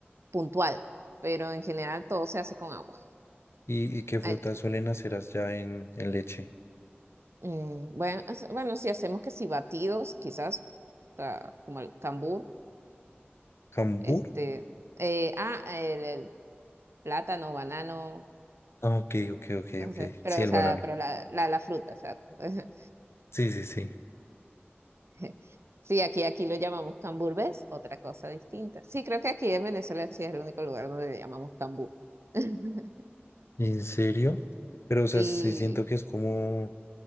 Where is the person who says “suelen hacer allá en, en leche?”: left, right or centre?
Left